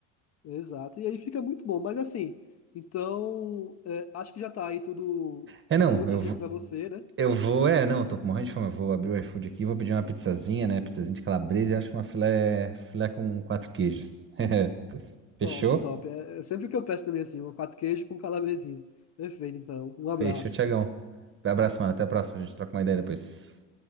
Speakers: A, on the left; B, on the right.
A: exato. E aí fica muito bom, mas assim, então é, acho que já tá aí tudo
B: É, não,
A: um monte
B: eu,
A: de dica pra você, né?
B: Eu vou, é, não, tô com morrendo de fome. Eu vou abrir o iFood aqui, vou pedir uma pizzazinha, né? Pizzazinha de calabresa e acho que uma filé, filé com quatro queijos. <laughs> Fechou?
A: Top, top. É, é sempre o que eu peço também assim, um quatro queijo com calabresinha. Perfeito, então. Um abraço.
B: Fechou, Tiagão. Abraço, mano. Até a próxima. A gente troca uma ideia depois.